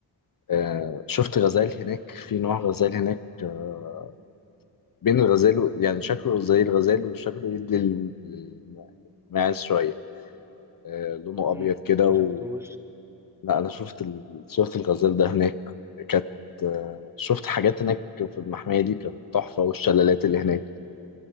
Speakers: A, on the left; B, in the centre.
A: آه، شفت غزال هناك في نوع غزال هناك آه، بين الغزال و- يعني شكله زي الغزال وشكله يدي لل- لل- للماعز شوية آه، لونه
B: مم.
A: أبيض كده
B: ما
A: و...
B: شفتوش
A: لا أنا شفت ال... شفت الغزال ده هناك كانت آه، شفت حاجات هناك في المحمية دي كانت تحفة والشلالات اللي هناك